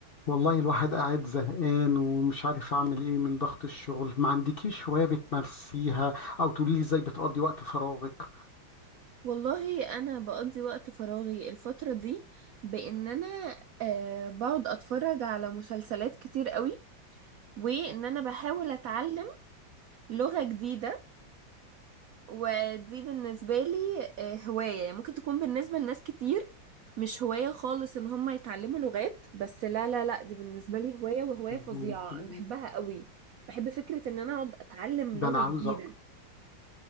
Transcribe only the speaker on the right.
والله انا بقضي وقت فراغي الفتره دي بان انا آه بقعد اتفرج على مسلسلات كتير قوي وان انا بحاول اتعلم لغه جديده ودي بالنسبه لي آه هوايه يعني ممكن تكون بالنسبه لناس كتير مش هوايه خالص ان هم يتعلموا لغات بس لا لا لا دي بالنسبه لي هوايه وهوايه فظيعه
انا بحبها قوي بحب فكره ان انا اقعد اتعلم
لغه
جديده